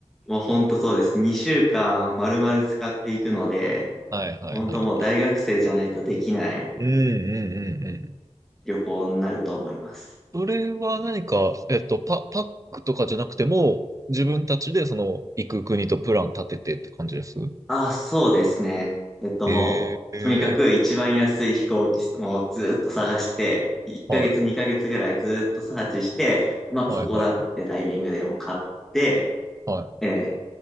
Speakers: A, in the centre; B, on the right (about 30°).
A: もうほんとそうです。2週間丸々使っていくので、
B: はいはいはいは
A: ほんともう大学生じゃないとできない
B: い。うんうんうんうん。
A: 旅行になると思います。
B: それは何か、えっと、パ、パックとかじゃなくても、自分たちでその、行く国とプラン立ててって感じです
A: あ、そうですね。えっともう、
B: え
A: とにかく一番安い飛行機もずっと探して、
B: え
A: 1ヶ月2ヶ月ぐらいずっとサーチして、
B: ーは
A: まあここだってタイミングでもう買って、
B: い、はいはいはい。はい。
A: ええ